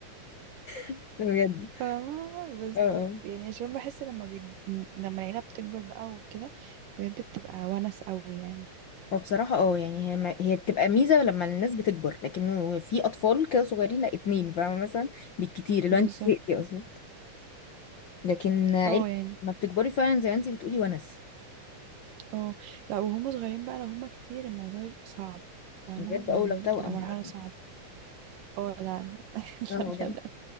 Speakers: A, on the left; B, on the right.
A: <laughs> بجد
B: فاهمة بس
A: اه اه
B: يعني عشان بحس لما بيج... لما العيلة بتكبر بقى وكده بجد بتبقى ونس قوي يعني
A: هو بصراحة اه يعني هي ما هي بتبقى ميزة لما الناس بتكبر لكن في أطفال كده صغيرين لا اتنين فاهمة مثلا بالكتير اللي
B: بالظبط
A: هو انت زهقتي أصلا لكن عيلة
B: اه يعني
A: ما بتكبري فعلا زي ما انت بتقولي ونس
B: اه لا وهم صغيرين بقى لو هم كتير الموضوع بيبقى صعب فاهمة
A: بجد
B: يعني
A: اه لو توأم
B: بتبقى مرحلة
A: بقى.
B: صعبة اه لا لا <laughs>
A: اه
B: لا
A: بجد
B: لا لا